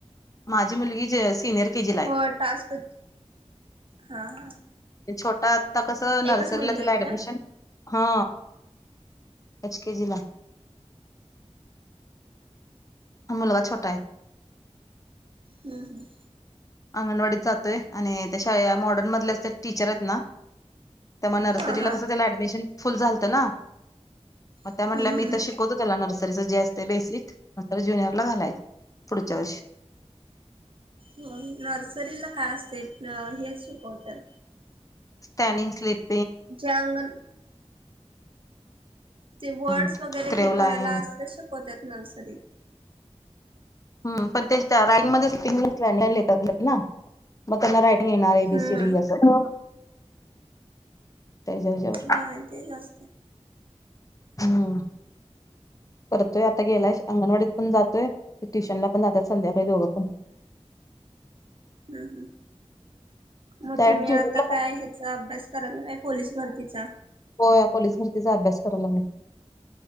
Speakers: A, on the left (about 30°); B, on the right (about 50°).
A: माझी मुलगी सीनियर के जीला आहे.
B: हो टास्क हा हा
A: छोटा आता कसं नर्सरीला
B: एकच मुलगी
A: त्याला
B: आहे
A: ऍडमिशन-
B: का
A: हा एच केजी ला. मुलगा छोटा आहे.
B: हम्म.. हम्म..
A: अंगणवाडीत जातोय आणि त्या शाळे मॉडर्न मधलेच टीचर आहेत ना. त्यामूळ नर्सरीला
B: हा हा
A: कसं त्याला ऍडमिशन फुल झालत. म्हणून त्या
B: हम्म
A: म्हंटल्या, मी
B: हम्म
A: शिकवतो त्याला नर्सरीच बेस- ज्युनियरला घालायचं पुढच्या वर्षी.
B: हो नर्सरीला काय असते हेच शिकवतात.
A: स्टॅनिंग स्लिप.
B: <inaudible> ते
A: हम्म
B: वर्ड्स वगैरे
A: क्रेव
B: हे
A: लाईन
B: करायला असल्या शिकवत नर्सरीत.
A: ह पण ते त्या रांग मिंगनेस लाईन लाईन घेतात ना मग त्यांना. येणार A. B.
B: Hmm
A: C. D. असं. त्याच्या ह्याच्यावर
B: होय तेचं असत.
A: हम्म.. करतोय आता गेलाय अंगणवाडीत पण जातोय. ट्युशनला पण जातात संध्याकाळी दोघं पण. <unintelligible>
B: हम्म मग
A: डायरेक्ट
B: तुम्ही
A: ज्युनियरला
B: आता काय ह्याचा अभ्यास करत नाही--. पोलीस भरतीचा.
A: हो या पोलीस भरतीचा अभ्यास करायलोयं.